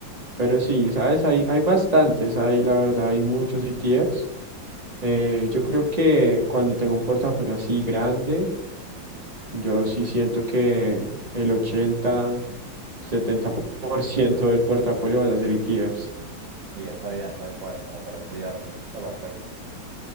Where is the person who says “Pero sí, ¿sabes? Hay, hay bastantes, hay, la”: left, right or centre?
Right